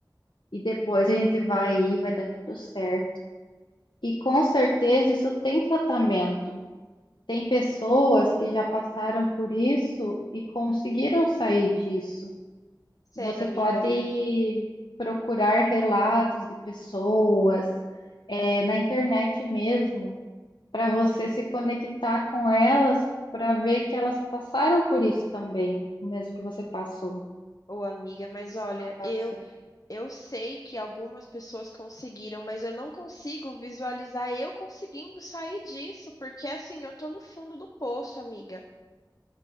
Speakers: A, on the left; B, on the left.
A: e depois a gente vai aí, vai dar tudo certo. E com certeza isso tem tratamento. Tem pessoas que já passaram por isso e conseguiram sair disso.
B: Sério,
A: Você
B: amiga.
A: pode procurar relatos de pessoas, eh, na internet mesmo, para você se conectar com elas, para ver que elas passaram por isso também, o mesmo que você passou.
B: Ô, amiga, mas
A: está
B: olha,
A: passando.
B: eu eu sei que algumas pessoas conseguiram, mas eu não consigo visualizar eu conseguindo sair disso, porque assim, eu tô no fundo do poço, amiga.